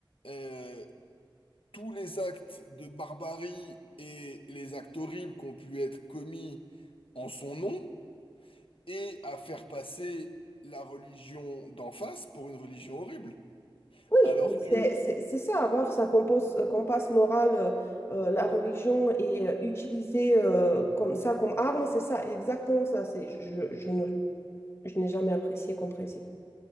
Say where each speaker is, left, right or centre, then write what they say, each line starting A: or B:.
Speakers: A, on the left (about 80°); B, on the left (about 30°).
A: euh, tous les actes de barbarie et les actes horribles qui ont pu être commis en son nom, et à faire passer la religion d'en face pour une religion horrible.
B: Oui,
A: Alors que
B: c'est c'est- c'est ça, avoir sa compos- euh, compasse morale, euh, euh, la religion et euh, utiliser euh, comme ça comme arme, c'est ça, exactement ça. C'est, je, je ne, je n'ai jamais apprécié comme principe.